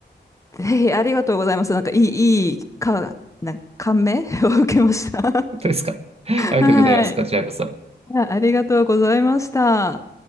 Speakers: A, on the left; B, on the right.
A: ぜひありがとうございます。なんかいい、いい、か、なんか感銘 <laughs> を受けました。
B: 当ですか。
A: <laughs>
B: <laughs> ありがとうございます。
A: はい。
B: こちらこそ。
A: あありがとうございました。